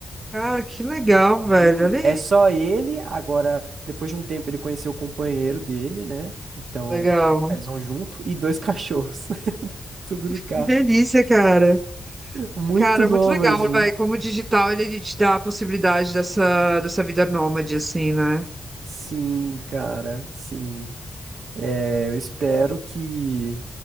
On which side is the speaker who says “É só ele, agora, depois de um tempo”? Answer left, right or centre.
Right